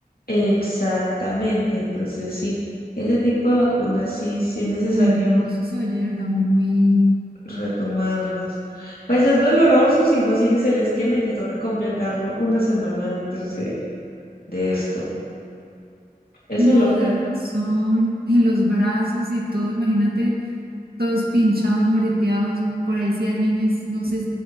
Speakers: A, on the left; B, on the right.
A: Exactamente, entonces sí, ese tipo de vacunas sí, sí es necesario
B: Uy, no, pero eso se oye, de verdad, muy,
A: retomarlas. Pues es doloroso si no sigues el esquema y te toca completarlo una semana antes de, de esto. Eso
B: no,
A: es lo feo.
B: de razón, <laughs> y los brazos y todo, imagínate, todos pinchados, moreteados, por ahí si alguien es, no sé,